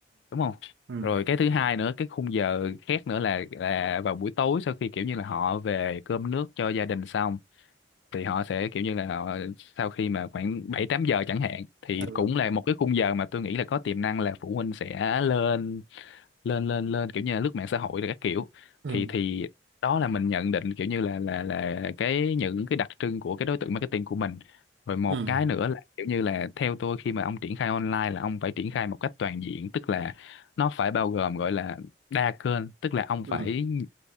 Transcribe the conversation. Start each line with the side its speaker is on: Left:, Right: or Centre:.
Left: đúng không
Right: ừ
Left: rồi cái thứ hai nữa cái khung giờ khác nữa là là vào buổi tối sau khi kiểu như là họ về cơm nước cho gia đình xong thì họ sẽ kiểu như là họ sau khi mà khoảng 7 8 giờ chẳng hạn thì
Right: ừ
Left: cũng là một cái khung giờ mà tôi nghĩ là có tiềm năng là phụ huynh sẽ lên lên lên lên kiểu như là lướt mạng xã hội là các kiểu
Right: ừ
Left: thì thì đó là mình nhận định kiểu như là là là cái những cái đặc trưng của cái đối tượng marketing của mình rồi một
Right: ừ ừ
Left: cái nữa là kiểu như là theo tôi khi mà ông triển khai online là ông phải triển khai một cách toàn diện tức là nó phải bao gồm gọi là đa kênh tức là ông
Right: ừ
Left: phải